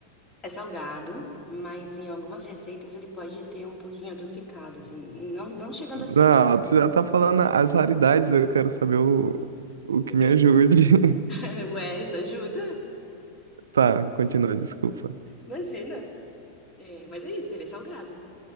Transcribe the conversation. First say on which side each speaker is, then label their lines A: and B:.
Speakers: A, on the left; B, on the right.
A: É salgado, mas em algumas receitas ele pode ter um pouquinho adocicado, assim, não, não chegando a ser
B: Não,
A: doce.
B: tu já tá falando as raridades, eu quero saber o, o que
A: Por
B: me
A: quê?
B: ajude. <laughs>
A: <laughs> Ué, isso ajuda?
B: Tá, continua, desculpa.
A: Imagina. É, mas é isso, ele é salgado.